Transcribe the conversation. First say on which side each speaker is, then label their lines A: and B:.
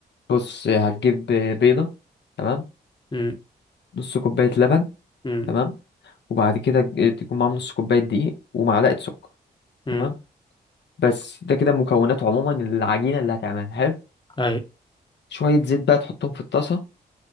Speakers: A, on the left; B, on the left.
A: بص هتجيب بيضه تمام
B: مم.
A: نص كوبايه لبن
B: مم.
A: تمام وبعد كده تكون معاهم نص كوبايه دقيق ومعلقه سكر
B: امم
A: تمام بس ده كده مكونات عموما العجينه اللي هتعملها حلو
B: اي
A: شويه زيت بقى تحطهم في الطاسه